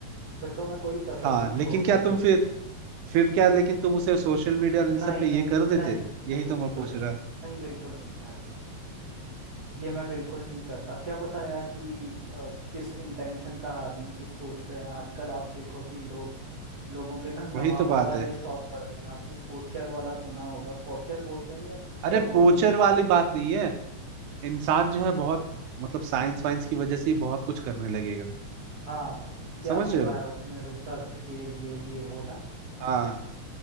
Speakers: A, on the right; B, on the right.
A: फिर तो मैं कोई कसर
B: हाँ
A: नहीं छोड़ता
B: लेकिन क्या तुम
A: कि
B: फिर फिर क्या लेकिन तुम उसे सोशल मीडिया और इन
A: नहीं
B: सब पे ये
A: नहीं
B: कर देते
A: नहीं नहीं
B: यही तो
A: बिल्कुल
B: मैं पूछ
A: नहीं
B: रहा
A: नहीं बिल्कुल नहीं भाई ये मैं बिल्कुल नहीं करता क्या पता यार कि अ, किस इंटेंशन का आदमी किस सोच से है आजकल आप देखो कि लोग लोगों के ना नवाबों
B: वही तो बात
A: वाले
B: है
A: शौक बढ़ गए हैं आपने पोचर वाला सुना होगा पोचर बोलते हैं या
B: अरे
A: क्या बोलते
B: पोचर
A: हैं उस-
B: वाली बात नहीं है इंसान जो है बहुत मतलब साइंस वाइंस की वजह से ही बहुत कुछ करने लगेगा
A: हाँ कि क्या
B: समझ
A: होता
B: रहे हो
A: है उसमें रिसर्च के लिए ये वो ना
B: हाँ